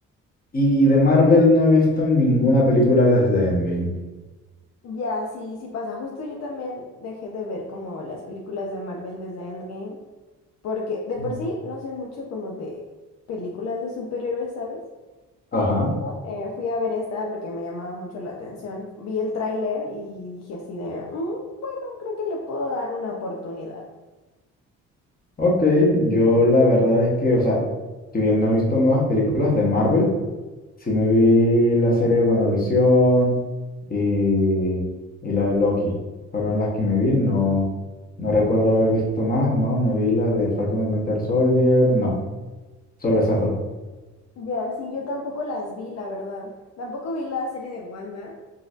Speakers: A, on the left; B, on the left.
A: y de Marvel no he visto ninguna película desde Endgame.
B: Ya, sí, sí pasa. Justo yo también dejé de ver como las películas de Marvel desde Endgame, porque de por
A: Mm.
B: sí no soy mucho como de películas de superhéroes, ¿sabes? Pero
A: Ajá.
B: eh, fui a ver esta porque me llamaba mucho la atención. Vi el tráiler y dije así de, "Mm, bueno, creo que le puedo dar una oportunidad.
A: Ok, yo la verdad es que, o sea, si bien no he visto nuevas películas de Marvel, Sí me vi la serie de WandaVision y, y la de Loki. Fueron las que me vi. No, no recuerdo haber visto más, ¿no? No vi la de Falcon y Winter Soldier, no. Solo esas dos.
B: Ya, sí, yo tampoco las vi, la verdad. Tampoco vi la serie de Wanda.